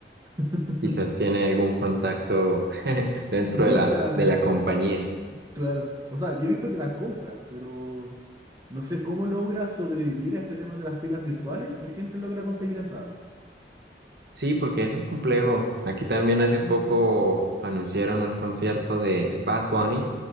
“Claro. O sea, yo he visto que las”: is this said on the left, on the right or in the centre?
Right